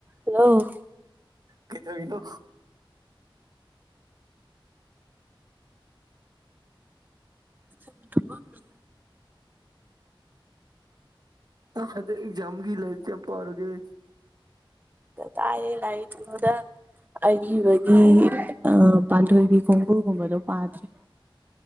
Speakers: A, on the right; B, on the right.
A: ꯍꯜꯂꯣ
B: ꯀꯩꯗꯧꯔꯤꯅꯣ
A: ꯁꯨꯝ ꯇꯨꯝꯃꯝꯕꯅꯤ
B: ꯅꯪ ꯍꯟꯗꯛ ꯑꯦꯖꯝꯒꯤ ꯂꯥꯏꯔꯤꯛ ꯀꯌꯥꯝ ꯄꯥꯔ ꯎꯝ
A: ꯇꯥꯏꯔꯦ ꯂꯥꯏꯔꯤꯛ ꯉꯣꯗ ꯑꯔꯤꯕꯒꯤ ꯄꯥꯟꯊꯣꯏꯕꯤ ꯈꯣꯡꯒꯨꯜꯒꯨꯝꯕꯗꯣ ꯄꯥꯗ꯭ꯔꯤ